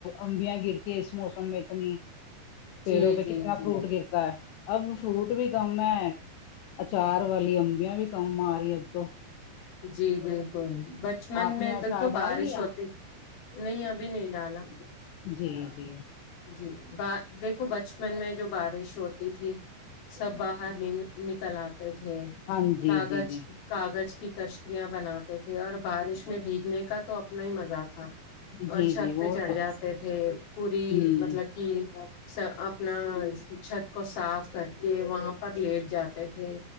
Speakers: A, on the left (about 80°); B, on the left (about 60°).
A: امبیاں گرتی ہے اس موسم میں اتنی پیڑوں
B: جی
A: پہ
B: جی
A: کتنا
B: جی
A: فروٹ گرتا ہے اب فروٹ بھی کم ہے اچار والی امبیاں بھی کم آ رہی ہے اب تو
B: جی بالکل بچپن
A: آپ
B: میں
A: نے اچار
B: دیکھو
A: ڈال
B: بارش
A: لیا
B: ہوتی نہیں ابھی نہیں ڈالا
A: جی جی
B: جی ب دیکھو بچپن میں جو بارش ہوتی تھی سب باہر ن نکل آتے تھے
A: ہاں جی
B: کاغذ
A: جی جی
B: کاغذ کی کشتیاں بناتے تھے اور بارش میں بھیگنے کا تو اپنا ہی مزہ تھا اور
A: جی
B: چھت
A: جی وہ
B: پہ چڑھ
A: تو
B: جاتے
A: ہے
B: تھے پوری
A: ہ
B: مطلب کہ س اپنا چھت کو صاف کر کے وہاں پر لیٹ جاتے تھے